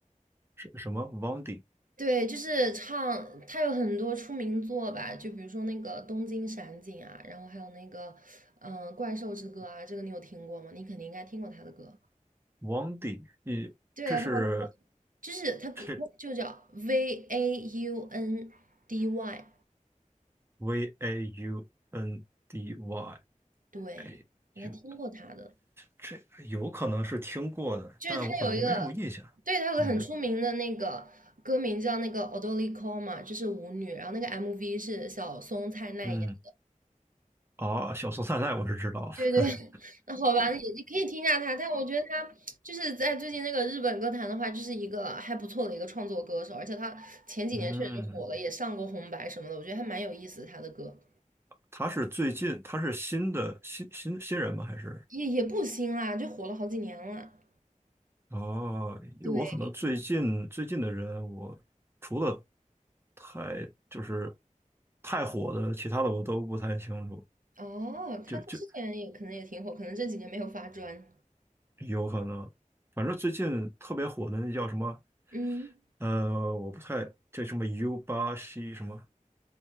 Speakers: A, on the right (about 15°); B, on the right (about 80°).
A: 是什么 w a n d i
B: 对，就是唱，他有很多出名作吧，就比如说那个《东京闪景》啊，然后还有那个，嗯，《怪兽之歌》啊，这个你有听过吗？你肯定应该听过他的歌。
A: w a n d i 你这是
B: 对，还有那个就是他歌就叫
A: 这
B: V A U N D Y，
A: V A U N D Y
B: 对，
A: A
B: 应该听过他的。
A: U，这有可能是听过的，
B: 就是他有一个，
A: 但我可能没什么印象。
B: 对，他有个很出名的那个歌名叫那个《o
A: 嗯
B: d o d k o o 嘛，就是舞女，然后那个 MV 是小松菜奈演。
A: 嗯，哦，小松菜奈我是知道的。
B: 对对，<laughs> 那好吧，也也可以听一下他，但我觉得他就是在最近那个日本歌坛的话，就是一个还不错的一个创作歌手，而且他前几年确实就火了，
A: <laughs> 嗯，
B: 也上过红白什么的，我觉得还蛮有意思的。他的歌，
A: 他是最近他是新的新新新人吗？还是？
B: 也也不新啦，就火了好几年了。
A: 哦，因为我可能最近最近的人，
B: 对，
A: 我除了太就是太火的，其他的我都不太清楚，
B: 哦，他他之前也可能也挺火，
A: 就就
B: 可能这几年没有发专。
A: 有可能，反正最近特别火的那叫什么，
B: 嗯，
A: 呃，我不太叫什么 U 八 C 什么，